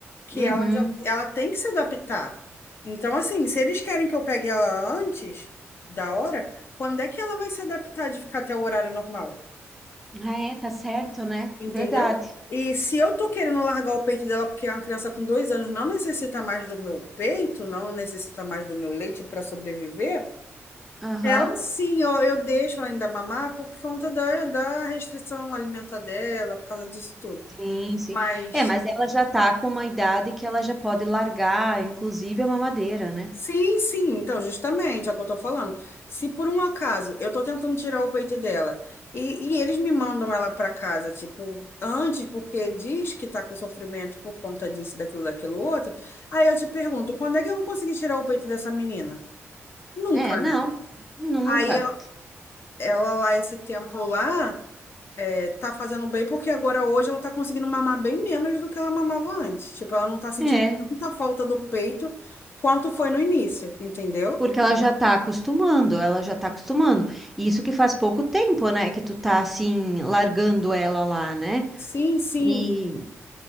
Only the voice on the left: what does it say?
que
ela já ela tem que se adaptar. Então, assim, se eles querem que eu pegue ela antes da hora, quando é que ela vai se adaptar de ficar até o horário normal?
Entendeu?
E se eu tô querendo largar o peito dela porque é uma criança com dois anos não necessita mais do meu peito, não necessita mais do meu leite para sobreviver.
Ela sim, eu, eu deixo ela ainda mamar por conta da, da restrição alimentar dela, por causa disso tudo.
Mas
sim, sim, então, justamente, é o que eu tô falando. Se por um acaso eu tô tentando tirar o peito dela e, e eles me mandam ela pra casa, tipo, antes, porque diz que tá com sofrimento por conta disso, daquilo, daquilo outro, aí eu te pergunto, quando é que eu vou conseguir tirar o peito dessa menina? Nunca,
né?
Aí eu- ela lá, esse tempo lá. Tá fazendo bem porque agora hoje ela tá conseguindo mamar bem menos do que ela mamava antes. Tipo, ela não tá sentindo
tanta falta do peito quanto foi no início, entendeu?
Sim, sim.